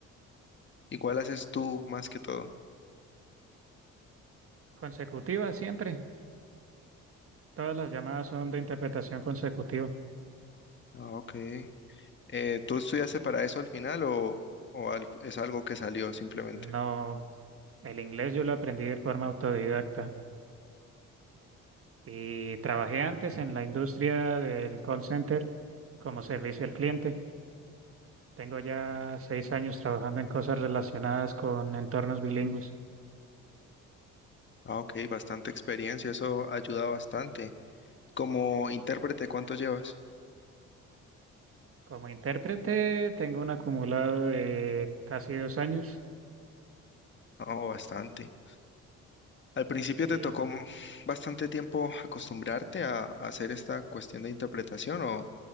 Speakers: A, on the left; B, on the right.
A: ¿y cuál haces tú más que todo?
B: Consecutiva siempre. Todas las llamadas son de interpretación consecutiva.
A: Ah, ok. Eh, ¿tú estudiaste para eso al final o, o al- es algo que salió simplemente?
B: No, el inglés yo lo aprendí de forma autodidacta. y trabajé antes en la industria del call center como servicio al cliente. Tengo ya seis años trabajando en cosas relacionadas con entornos bilingües.
A: Ah, ok, bastante experiencia, eso ayuda bastante. Como intérprete, ¿cuánto llevas?
B: Como intérprete tengo un acumulado de casi dos años.
A: Oh, bastante. Al principio
B: Sí.
A: te tocó m- bastante tiempo acostumbrarte a, a hacer esta cuestión de interpretación o,